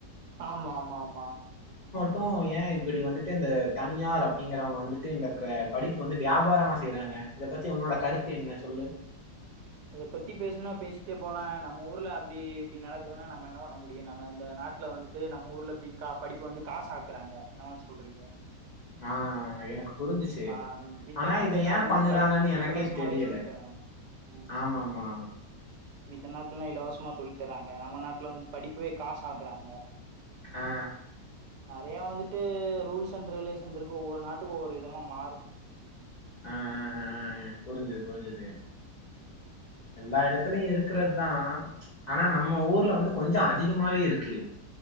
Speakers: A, on the right (about 80°); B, on the left (about 80°).
A: ஆமா ஆமா ஆமா
B: டு ஏ இப்புடி வந்துட்டு இந்த தனியார் அப்டிங்குறவங்க வந்துட்டு இந்த படிப்பு வந்து வியாபாரமா செய்றாங்க இத பத்தி உன்னோட கருத்து
A: ம்.
B: என்ன சொல்லு
A: இத பத்தி பேசணுன்னா பேசிட்டே போலா நம்ம ஊர்ல அப்டி இப்டி நடக்குதுன்னா நம்ம என்ன பண்ண முடியு நம்ம இந்த நாட்ல வந்துட்டு நம்ம ஊர்ல இப்டி படிப்பு வந்து காஸ் ஆக்குறாங்க என்ன மார் சொல்றீங்க
B: ஆஹ் எனக்கு புரிஞ்சுச்சு
A: ம மித்த
B: ஆனா
A: நாட்லயெல்லா
B: இதை ஏன்
A: வந்துட்டு
B: பண்ணுறாங்கன்னு
A: படிப்பு வந்து
B: எனக்கே
A: இலவசமாவே
B: தெரியல
A: சொல்லி தராங்க ம்
B: ஆமா ஆமா
A: மித்த நாட்லெல்லா இலவசமா சொல்லி தரா அங்க நம்ம நாட்ல வந்து படிப்புவே காஸ் ஆக்குறாங்க
B: ஆ ஆ
A: நறையா வந்துட்டு ரூல்ஸ் அண்ட் ரெகுலேஷன் இருக்கு ஒவ்வொரு நாட்டுக்கு ஒவ்வொரு விதமா மாறு
B: அ அ அ அ புருஞ்சுது புருஞ்சுது
A: ம்.
B: எல்லா எடத்துலயு இருக்கு க்றதா ஆனா நம்ம
A: ம்
B: ஊர்ல
A: ம்
B: வந்து கொஞ்சோ அதிகமாவே இரு ஓகே